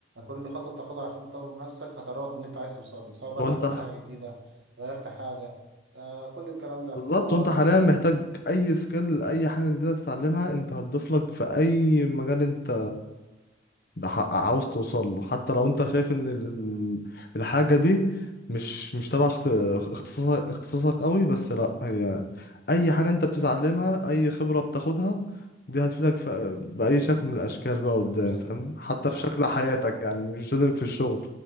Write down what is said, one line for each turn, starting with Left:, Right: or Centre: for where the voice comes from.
Right: كل خطوة بتاخدها عشان تطور من نفسك هتقربك من اللي أنت عايز توصله سواء بقى
Left: لو
Right: اتعلمت
Left: انت
Right: حاجة جديدة غيرت حاجة آه كل الكلام ده
Left: بالظبط
Right: هو
Left: وانت حاليا محتاج اي سكيل اي حاجه جديده تتعلمها انت هتضيف لك في اي مجال انت ده ح- عاوز توصل له حتى لو انت شايف ان ال- الحاجه دي مش مش تبع اخت- اختصاصك اختصاصك قوي بس لا هي اي حاجه انت بتتعلمها اي خبره بتاخدها دي هتفيدك في باي شكل من الاشكال بقى قدام
Right: بشكل
Left: فاهم حتى
Right: بشكل
Left: في شكل
Right: كبير
Left: حياتك
Right: فعلا
Left: يعني مش لازم في الشغل